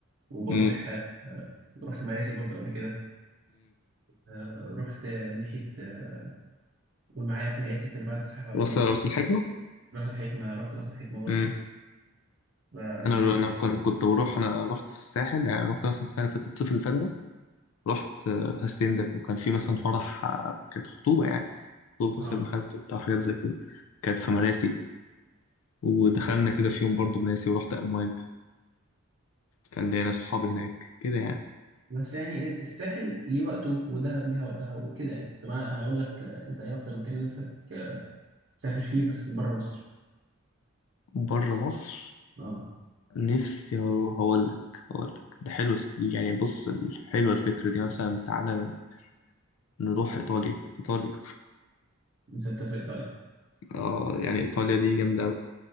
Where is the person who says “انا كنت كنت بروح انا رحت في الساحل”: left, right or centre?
Left